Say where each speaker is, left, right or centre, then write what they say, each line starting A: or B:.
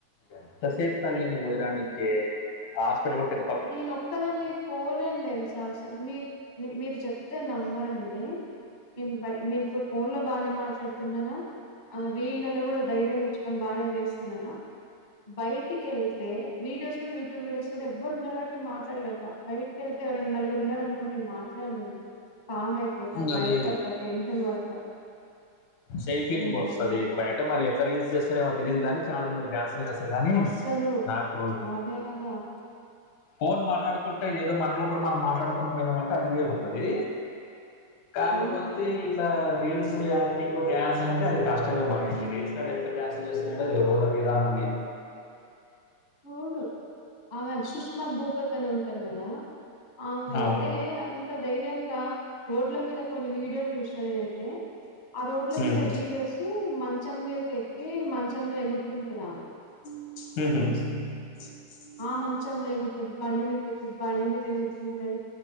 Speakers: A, on the left; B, on the left.
A: ఎంత సేప్ తల్లి నువ్ వొయ్యిరానీకి ఆ హాస్పిటల్ కూడా పెద్
B: నేను ఒక్కదాన్నే పోలేను తెల్సా అసలు మీ మీరు చెప్తే నమ్మరండి నేను బై నేన్ మీతో ఫోన్ లో బానే మాట్లాడుతున్నానా ఆ రీళ్లలో కూడా ధైర్యం తెచ్చ్ మ బాగానే చేస్తున్నానా బయటికి వెళ్తే వీడియోస్ కూడా యూట్యూబ్ వీడియోస్ కూడా ఎవరు ఉండరు కాబట్టి మీ మాట్లాడలుగుతా బయటికిళ్తే ఎరన్నా నలుగురు ఉన్నారు అనుకో నేను మాట్లాడలేను, కామ్ అయిపోతా,
A: ఇంకా
B: భయపడతా,
A: అదే
B: టెన్షన్ పడతా.
A: సేమ్ ఫీలింగ్
B: హ్మ్.
A: వస్తాది.
B: అది నా ప్రాబ్లమ్.
A: బయట మరి ఎట్లా రీల్స్ చేస్తారో ఏమో తెలీదుగాని చాలా మంది డాన్స్ చేస్తారు గానీ
B: అస్సలు
A: నాకు
B: అదే గదా!
A: ఫోన్ మాట్లాడుకుంట
B: హ్మ్.
A: ఏదో మనలోప్పుడు మనం మాట్లాడుకొని పోయినామంటే అది వేరు ఉంటది కాకపోతే
B: అవును.
A: ఇట్లా రీల్స్ అన్నీ ప్ప డ్యాన్స్ అంటే అది కష్టమే మరి. ఈ రీల్స్ ఎట్లా డ్యాన్స్లు చేస్తుంటారో అది రోడ్ల మీద అది
B: అవును ఆమె సుష్మా భూపత్ అని ఉంటారు కదా? ఆమైతే
A: అవును
B: అది యెంత ధైర్యంగా రోడ్ల మీద కొన్ని వీడియోస్ చూసినా నేనైతే ఆ రోడ్ల
A: ఉమ్
B: మీద వీడియోస్ మంచం మీదకి ఎక్కి మంచంలో ఎగురుతుంటదా
A: మ్ హూ జు చు చు చు
B: ఆ మంచంలో. ఎగురుతాది బండి మీదకెక్కి బండి మీద ఎగురుతుంటది.